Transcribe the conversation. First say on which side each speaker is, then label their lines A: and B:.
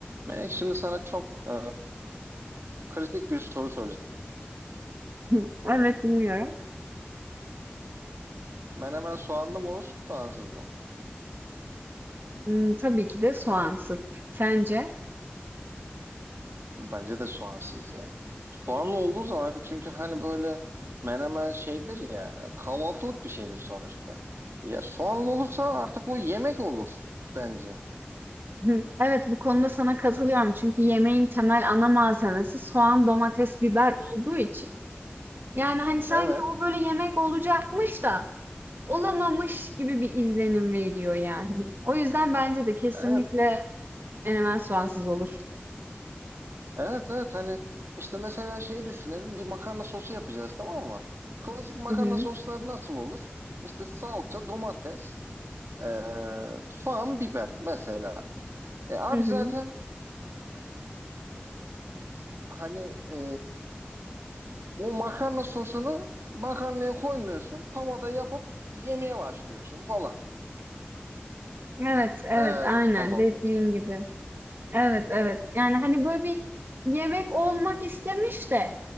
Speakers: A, on the right; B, on the right.
A: Melek şimdi sana çok e, kritik bir soru soracağım.
B: Hı, Evet dinliyorum.
A: Menemen soğanlı mı olur, soğansız mı?
B: Hmm, tabii ki de soğansız. Sence?
A: Bence de soğansız ya. Soğanlı olduğu zaman çünkü hani böyle menemen şeydir ya, kahvaltılık bir şeydir sonuçta. Ya soğanlı olursa artık o yemek olur bence.
B: Hı, Evet bu konuda sana katılıyorum. Çünkü yemeğin temel ana malzemesi soğan, domates, biber olduğu için. Yani hani sanki
A: Evet,
B: o böyle yemek olacakmış da olamamış gibi bir izlenim veriyor yani. O yüzden bence de kesinlikle
A: evet,
B: menemen soğansız olur.
A: evet, evet. Hani işte mesela şeyi düşünelim, bir makarna sosu yapacağız tamam mı? Klasik makarna
B: Hı hı,
A: sosları nasıl olur? İşte salça, domates, ee, soğan, biber mesela. E abi
B: hı hı.
A: zaten hani e, o makarna sosunu makarnaya koymuyorsun. Tavada yapıp yemeye başlıyorsun falan.
B: Evet, evet,
A: Eğer
B: aynen
A: soğanlı
B: dediğin
A: olacaksa.
B: gibi. Evet, evet. Yani hani böyle bir yemek olmak istemiş de